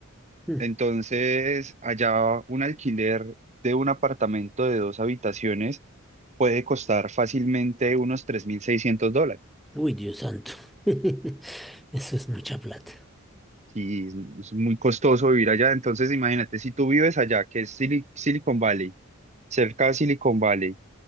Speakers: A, in the centre; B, on the right.
A: Mm.
B: Entonces, allá un alquiler de un apartamento de dos habitaciones puede costar fácilmente unos 3.600 dólares.
A: Uy, Dios santo. <laughs> Eso es mucha plata.
B: Y es es muy costoso vivir allá. Entonces, imagínate, si tú vives allá, que es Sili- Silicon Valley, cerca de Silicon Valley,